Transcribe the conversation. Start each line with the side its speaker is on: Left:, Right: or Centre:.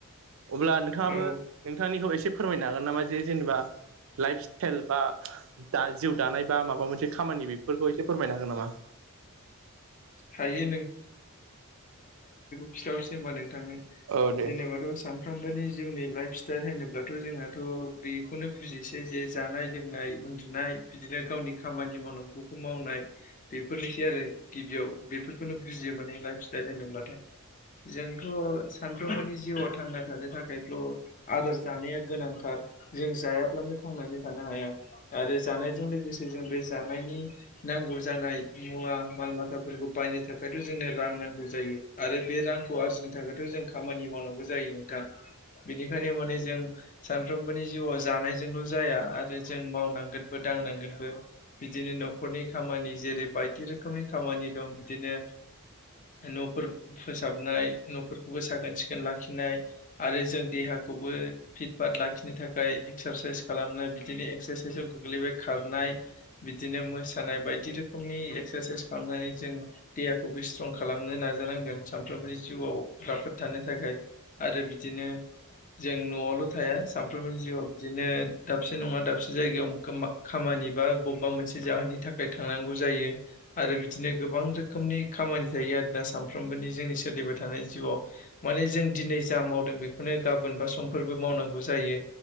Right: अब्ला नोंथाङाबो
Left: औ
Right: नोंथांनिखौ एसे फोरमायनो हागोन नामा जे जेनेबा लाइफ स्टाइल बा दा जिउ दानाय बा माबा मोनसे खामानि बेफोरखौ एसे फोरमायनो हागोन नामा
Left: हायो <unintelligible> नोंथांनि
Right: औ दे
Left: जेनेबाथ' सानफ्रोमबोनि जिउनि लाइफ स्टाइल होनोब्लाथ' जोंनाथ' बेखौनो बुजिसै जे जानाय लोंनाय उन्दुनाय बिदिनो गावनि खामानि मावनांगौखौ मावनाय बेफोरनिसै आरो गिबियाव बेफोरखौनो बुजियो माने लाइफ स्टाइल होनोब्लाथाय जोंथ' सान सानफ्रोमबोनि जिउआव थांना थानो थाखायथ' आदोर जानाया गोनांथार जों जायाब्लानो थां नानै थानो हाया आरो जानायजों लोगोसे जों बे जानायनि नांगौ जानाय मुवा माल माथा फोरखौ बायनो थाखायथ' जोंनो रां नांगौ जायो आरो बे रांखौ आरजिनो थाखायथ' जों खामानि मावनांगौ जायो नोंथां बिनिखायनो माने जों सानफ्रोमबोनि जिउआ जानायजोंल' ज आरो जों मावनांगोन दांनांगोनबो बिदिनो न'खरनि खामानि जेरै बायदि रोखोमनि खामानि दं बिदिनो न'फोर फोसाबनाय न'फोरखौबो साखोन सिखोन लाखिनाय आरो जों देहा खौबो फिट फाट लाखिनो थाखाय एक्सारसाइस खालामनाय बिदिनो एक्सारसाइसाव गोग्लैबाय खारनाय बिदिनो मोसानाय बायदि रोखोमनि एक्सारसाइस खालामनाय जों देहाखौबो स्ट्रं खालामनो नाजानांगोन सानफ्रोमबोनि जिउआव राफोद थानो थाखाय आरो बिदिनो जों न'आवल' थाया सानफ्रोमबोनि जिउआव बिदिनो दाबसे नङा दाबसे जायगायाव खामानि बा बबेबा मोनसे जाहोननि थाखाय थांनांगौ जायो आरो बिदिनो गोबां रोखोमनि खामानि जायो आरोना सानफ्रोमबोनि जोंनि सोलिबाय थानाय जिउआव माने जों दिनै जा मावदों बेखौनो गाबोन बा समफोरबो मावनांगौ जायो